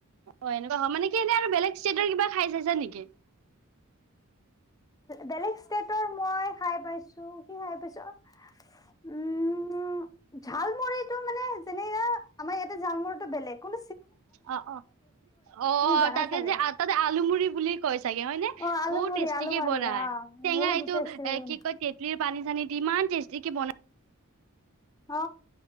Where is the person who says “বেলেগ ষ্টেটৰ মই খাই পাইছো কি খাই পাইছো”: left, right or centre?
Left